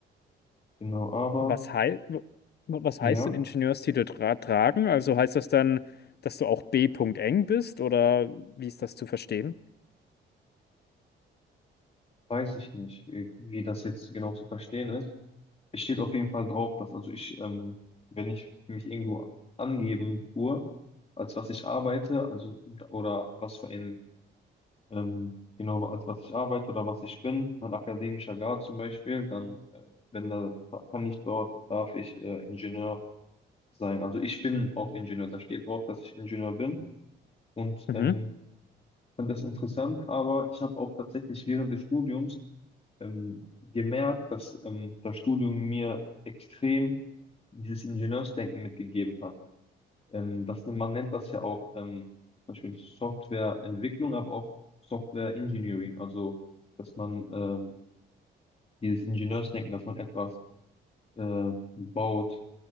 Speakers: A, on the left; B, on the left.
A: Genau, aber
B: Was, hei w- was
A: ja,
B: heißt denn Ingenieurstitel tra tragen? Also heißt das dann, dass du auch B-Punkt eng bist oder wie ist das zu verstehen?
A: weiß ich nicht, äh, wie das jetzt genau zu verstehen ist. Es steht auf jeden Fall drauf, dass also ich, ähm, wenn ich mich irgendwo angeben tue, als was ich arbeite, also oder was für ein, ähm, genau, als was ich arbeite oder was ich bin, mein akademischer Grad zum Beispiel, dann äh, wenn da kann ich dort, darf ich äh, Ingenieur sein. Also ich bin auch Ingenieur, da steht drauf, dass ich Ingenieur bin. Und
B: Mhm.
A: ähm, fand das interessant, aber ich habe auch tatsächlich während des Studiums ähm, gemerkt, dass ähm, das Studium mir extrem dieses Ingenieursdenken mitgegeben hat. Ähm, das, man nennt das ja auch ähm, zum Beispiel Softwareentwicklung, aber auch Software Engineering, also dass man ähm, dieses Ingenieursdenken, dass man etwas äh, baut,